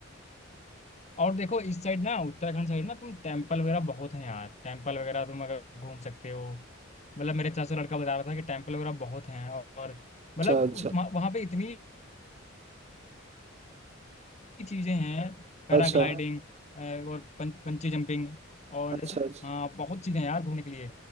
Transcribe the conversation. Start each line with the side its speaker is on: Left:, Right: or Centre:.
Left: और देखो इस साइड ना उत्तराखंड साइड ना तुम टेम्पल वगैरह बहुत हैं यार टेम्पल वगैरह तुम अगर घूम सकते हो मतलब मेरे चाचा लड़का बता रहा था कि टेम्पल वगैरह बहुत हैं और
Right: अच्छा
Left: मतलब
Right: अच्छा
Left: तुम्हा- वहाँ पे इतनी चीजें हैं पैराग्लाइडिंग
Right: अच्छा
Left: और पं, पंची जंपिंग और
Right: अच्छा
Left: जैसे
Right: अच्छा
Left: हाँ बहुत चीजें हैं यार घूमने के लिए